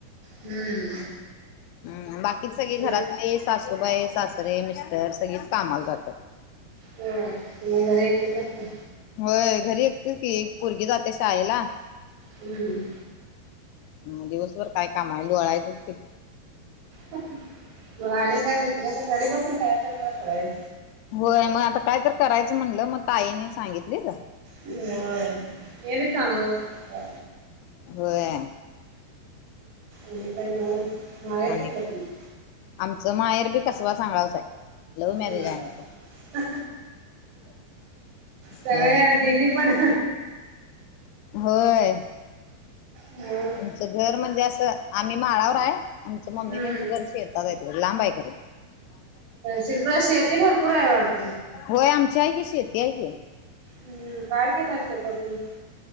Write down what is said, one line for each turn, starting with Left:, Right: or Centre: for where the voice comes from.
Right: हम्म.
Left: हम बाकीच सगळे
Right: होय
Left: घरातले सासूबाई सासरे मिस्टर सगळीच कामाला जातात.
Right: ह तुम्ही घर एकटेच असता.
Left: होय घरी एकतीच की एक पोरगी जाते शाळेला
Right: हम्म.
Left: ह दिवसभर काय काम आहे लोळायचंच की.
Right: मग आणि काय दुसर तर घरी बसून काय तर करायच.
Left: होय मग आता काय तर करायचं म्हणलं मग ताईने सांगितली.
Right: हो हे बी चांगलं. हम्
Left: होय
Right: आणि का येऊन माहेर
Left: आणि
Right: <unintelligible> <inaudible>
Left: आमचं माहेर बी कसवा सांगावच आहे. लव्ह मॅरेज
Right: हम.
Left: आहे आमचं
Right: सगळ्या
Left: होय
Right: दीदी पण-
Left: होय.
Right: हम्.
Left: आमचं घर म्हणजे असं आम्ही माळावर आहे आमच मम्मी
Right: हम्म.
Left: त्यांचं घर शेतात आहे ते लांब आहे खर.
Right: शिरकुळा शेती भरपूर आहे वाटत.
Left: होय आमच्या आहे की शेती आहे की.
Right: हम्म काय केला शेता तुम्ही.